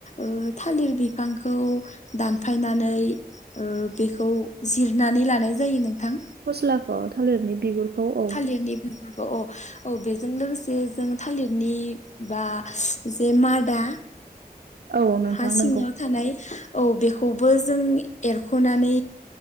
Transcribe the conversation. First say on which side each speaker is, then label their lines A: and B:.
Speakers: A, on the left (about 45°); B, on the right (about 75°).
A: ओ थालिर बिफांखौ दानफायनानै ओ बेखौ जिरनानै लानाय जायो नोंथां।
B: फस्लाखौ थालिरनि बिगुरखौ औ
A: इरनि बिगुर औ-औ-औ बेजों लोगोसे जों थालिरनि बा जे मादा
B: औ नोंथां
A: हा सिङाव
B: नंगौ
A: थानाय औ बेखौबो जोंनि एरख'नानै